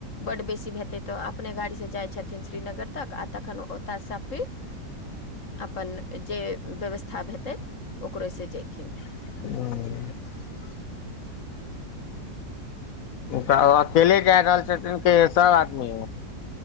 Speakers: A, on the left; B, on the left.
A: बड बेसी हेतै तऽ अपने गाड़ी से जाइ छथिन श्रीनगर तक आ तखन ओ ओतयसँ फिर अपन जे व्यवस्था हेतै ओकरो से जथिन।
B: हं।
A: <unintelligible>
B: तऽ अकेले जा रहल छथिन के सभ आदमी।